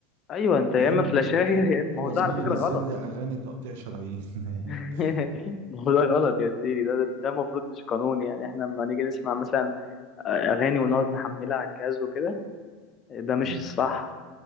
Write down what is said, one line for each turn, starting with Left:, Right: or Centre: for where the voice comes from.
Left: ايوه انت يا
Right: فاهم
Left: اما فلاشايه
Right: وتقول
Left: <laughs> يا اما
Right: له
Left: ما هو
Right: يا
Left: ده
Right: زميلي
Left: على فكرة
Right: نزل
Left: غلط
Right: لي اغاني تقطيع شرايين <laughs>
Left: <laughs> ما هو ده غلط يا زيدي ده ده ده المفروض مش قانون يعني احنا لما نيجي نسمع مثلا اغاني ونقعد نحملها على الجهاز وكده ده مش
Right: مم.
Left: صح